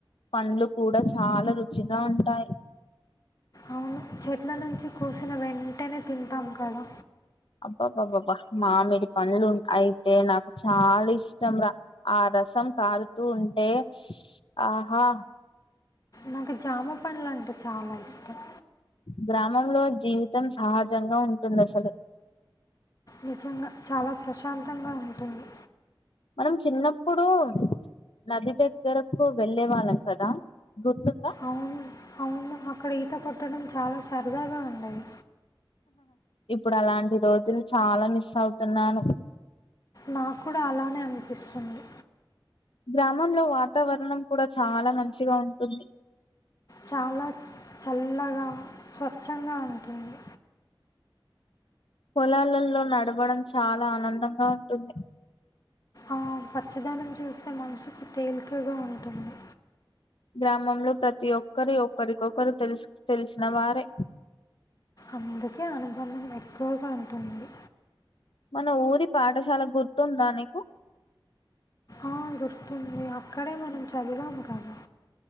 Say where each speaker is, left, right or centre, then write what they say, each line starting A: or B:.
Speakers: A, on the left; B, on the left.
A: పండ్లు కూడా చాలా రుచిగా ఉంటాయి.
B: అవును చెట్ల నుంచి కోసిన వెంటనే తింటాం కదా.
A: అబ్బాబ్బాబ్బా మామిడి పండ్లు ఉ అయితే నాకు చాలా ఇష్టం రా ఆ రసం తాగుతూ ఉంటే ఆహా
B: నాకు జామ పండ్లు అంటే చాలా ఇష్టం.
A: గ్రామంలో జీవితం సహజంగా ఉంటుంది అసలు.
B: నిజంగా చాలా ప్రశాంతంగా ఉంటుంది.
A: మనం చిన్నప్పుడు నది దగ్గరకు వెళ్ళే వాళ్ళం కదా గుర్తుందా
B: అవును అవును అక్కడ ఈత కొట్టడం చాలా సరదాగా ఉండేది.
A: ఇప్పుడు అలాంటి రోజులు చాలా మిస్ అవుతున్నాను.
B: నాక్కూడా అలానే అనిపిస్తుంది.
A: గ్రామంలో వాతావరణం కూడా చాలా మంచిగా ఉంటుంది.
B: చాలా చల్లగా స్వచ్ఛంగా ఉంటుంది.
A: పొలాలల్లో నడవడం చాలా ఆనందంగా ఉంటుంది.
B: ఆ పచ్చదనం చూస్తే మనసుకు తేలికగా ఉంటుంది.
A: గ్రామంలో ప్రతి ఒక్కరి ఒక్కరికొకరు తెలుసు తెలిసిన వారే
B: అందుకే అనుబంధం ఎక్కువగా ఉంటుంది.
A: మన ఊరి పాఠశాల గుర్తుందా నీకు
B: ఆ గుర్తుంది అక్కడే మనం చదివాము కదా